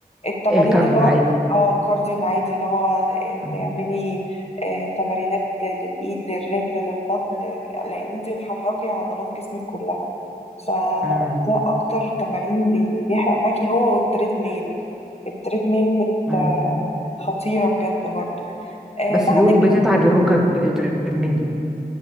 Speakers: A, on the left (about 40°); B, in the centre.
A: التمارين
B: الكارديو
A: اللي هو
B: العادي
A: اه الكارديو العادي اللي هو آه،
B: مم.
A: تعملي آه، تمارينات للإيد للرجل للبطن لأن انت بتحركي عضلات جسمك كلها فده
B: مم.
A: أكتر تمارين بي- بيحرق معاكي هو والتريد ميل التريد ميل بت
B: مم.
A: آه، خطيرة بجد برضو آه،
B: بس
A: بعد
B: بيقولوا بتتعب الركب التريدميل دي